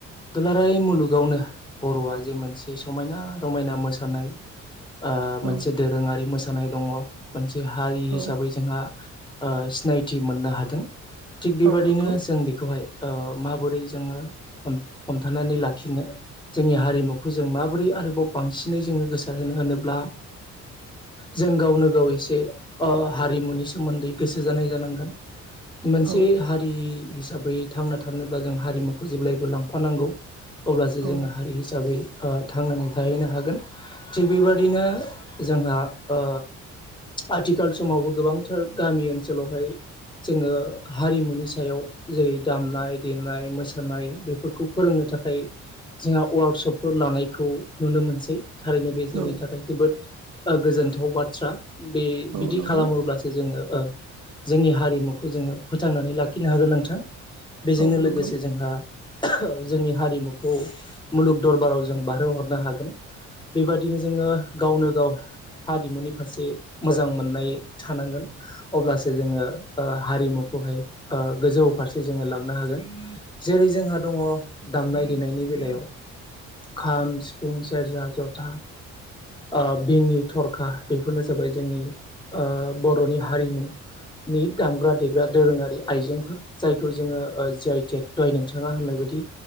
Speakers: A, on the left (about 15°); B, on the right (about 80°).
A: दुलाराय मुलुगावनो बर'आ जे मोनसे समायना रमायना मोसानाय ओ
B: औ
A: मोनसे दोरोङारि मोसा जानाय दङ मोनसे हारि
B: औ
A: हिसाबै जोंहा ओ सिनायथि मोननो हादों। थिग बेबादिनो
B: औ नंगौ
A: जों बेखौहाय ओ माबोरै जोंङो हमथानानै लाखिनो। जोंनि हारिमुखौ जों माबोरै आरोबाव बांसिनै जोंङो गोसार होनो होनोब्ला। जों गावनो गाव एसे ओ हारिमुनि सोमोन्दै गोसो जानाय जानांगोन। मोनसे
B: औ
A: हारि हिसाबै थांना थानोब्ला जों हारिमुखौ जेब्लायबो लांफानांगौ अब्लासो
B: औ
A: जोङो हारि हिसाबै ओ थांनानै थाहैनो हागोन थिग बेबादिनो जोंहा ओ आथिखाल समावबो गोबांथार गामि ओनसोलावहाय जोंङो हारिमुनि सायाव जेरै दामनाय देनाय मोसानाय बेफोरखौ फोरोंनो थाखाय। जोंहा वार्कशपफोर लानायखौ नुनो मोनसै। थारैनो बे जोंनि
B: औ
A: थाखाय जोबोद ओ गोजोनथाव बाथ्रा। बे
B: औ
A: बिदि
B: नंगौ
A: खालामोब्लासो जोंङो ओ जोंनि हारिमुखौ जोंङो फोथांनानै लाखिनो हागोन नोंथां। बेजोंनो
B: औ नंगौ
A: लोगोसे जोंहा जोंनि हारिमुखौ मुलुग दरबाराव जों बारहोहरनो हागोन। बेबायदिनो जोंङो गावनो गाव हारिमुनि फारसे मोजां मोननाय थानांगोन अब्लासो ओ जोंङो ओ हारिमु हाय ओ गोजौ फारसे लां मोननो हागोन जेरै जोंहा दङ दामनाय देनायनि बेलायाव। खाम सिफुं सेरजा जथा। ओ बिंनि थरखा बेफोरनो जाबाय जोंनि ओ बर'नि हारिमु। नि दामग्रा देग्रा दोरोङारि आइजेंफोर जायखौ जोंङो जियाइ आइ टेक दहाय नोंथाङा होननाय बा बिदि